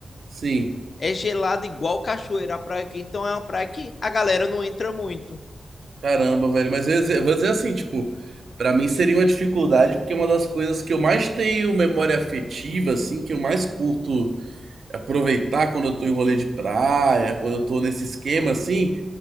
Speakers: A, on the right; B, on the left.
A: Sim,
B: É gelado igual cachoeira a praia aqui. Então é uma praia que a galera não entra muito.
A: caramba, velho. Mas eu ia dizer- eu vou dizer assim, tipo, pra mim seria uma dificuldade, porque é uma das coisas que eu mais tenho memória afetiva, assim, que eu mais curto. aproveitar quando eu tô em rolê de praia, quando eu tô nesse esquema assim,